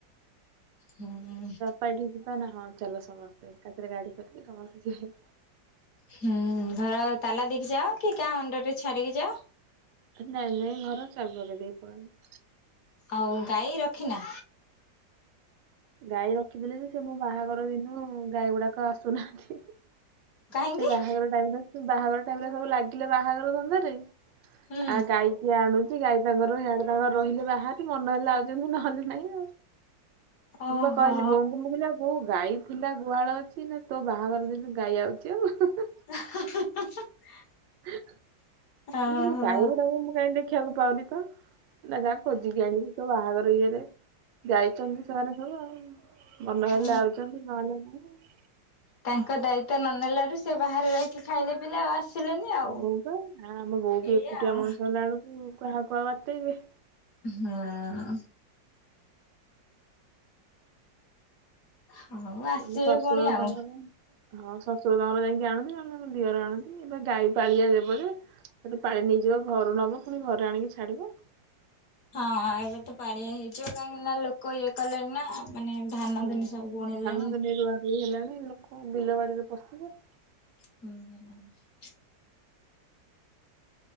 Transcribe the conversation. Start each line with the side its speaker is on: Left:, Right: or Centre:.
Left: ହୁଁ।
Right: ପାଢି ଯିବା ନା ହଁ ଚାଲ ସମସ୍ତେ ଏକାଥରେ ଗାଡି କରିକି ସମସ୍ତେ ଯିବେ।
Left: ହୁଁ ଘର ତାଲା ଦେଇକି ଯାଅ କି କା ଅଣ୍ଡର ରେ ଛାଡିକି ଯାଅ।
Right: ନାଇଁ ନାଇଁ ଘର ଚାବି ପକେଇ ଦେଇକି ପଳାନ୍ତି।
Left: ଆଉ ଗାଈ ରଖିନା?
Right: ଗାଈ ରଖିଥିଲେ ଯେ ସେ ମୋ ବାହାଘର ଦିନୁ ଗାଈ ଗୁଡାକ ଆସୁନାହାନ୍ତି।
Left: କାହିଁକି?
Right: ଏ ବାହାଘର ଟାଇମରେ ବାହାଘର ଟାଇମରେ ସବୁ ଲାଗିଲେ ବାହାଘର ଧନ୍ଦାରେ।
Left: ହୁଁ
Right: ଆ ଗାଈ କିଏ ଆଣୁଛି ଗାଈ ତାଙ୍କର ହେଆଡେ ତାଙ୍କର ରହିଲେ ବାହାରେ ମନ ହେଲେ ଆଉଚନ୍ତି ନହେଲେ ନାଇଁ।
Left: ଓହୋ
Right: ମୁଁ ପା କହିଲି ବୋଉଙ୍କୁ ମୁ କହିଲି ଆଉ ବୋଉ ଗାଇ ଥିଲା ଗୁହାଳ ଅଛି ନା ତୋ ବାହାଘର ଦିନୁ ଗାଇ ଆଉଛି ଆଉ।
Left: <unintelligible>
Right: ମୁଁ
Left: ଓହୋ
Right: କହିଲି ଗାଇଗୁଡାକୁ ମୁଁ କାଇଁ ଦେଖିବାକୁ ପାଉନି ତ। ନା ଯାହା ଖୋଜିକି ଆଣିବି ତୋ ବାହାଘର ଇଏରେ ଯାଇଛନ୍ତି ସେମାନେ ସବୁ ଆଉ। ମନ ହେଲେ
Left: ଅ।
Right: ଆଉଛନ୍ତି ନହେଲେ ନାହିଁ
Left: ତାଙ୍କ ଦାୟିତ୍ଵ ନ ନେଲାରୁ ସେ ବାହାରେ ରହିକି ଖାଇଲେ ପିଲେ ଆଉ ଆସିଲେନି ଆଉ।
Right: ବଉ ପା ଆ ଆମ ବୋଉ ବି
Left: ଏଇଆ
Right: ଏକୁଟିଆ
Left: ଆଉ
Right: ମଣିଷ ହେଲା ବେଳକୁ କାହାକୁ ଆଉ ଆତେଇବେ।
Left: ହଁ। ହୁଁ ହଉ
Right: ସିଏ
Left: ଆସିବେ
Right: ମୋ ଶଶୁର
Left: ପୁଣି
Right: ର
Left: ଆଉ।
Right: ତାଙ୍କର। ହଁ ଶ୍ୱଶୁର ତାଙ୍କର ଯାଇଁକି ଆଣନ୍ତି, ନହେଲେ ତାଙ୍କ ଦିଅର ଆଣନ୍ତି ଏବେ ଗାଈ ପାଳିଆ ଦେବ ଯେ। ତ ପାଳି ନେଇଯିବ ଘରୁ ନବ ପୁଣି ଘରେ ଆଣିକି ଛାଡିବ।
Left: ହଁ ଏବେ ତ ପାଳିଆ ହେଇଯିବ କାହିଁକି ନା ଲୋକ ଇଏ କଲେଣି ନା ମାନେ ଧାନ
Right: ହଁ
Left: ଧୁନି ସବୁ ବୁଣିଲେଣି।
Right: ଧାନ ତ ଏନେ ରୁଆ ରୁଇ ହେଲାଣି ଲୋକ ବିଲବାଡିରେ ପଶିଥିବେ।
Left: ହୁଁ <unintelligible>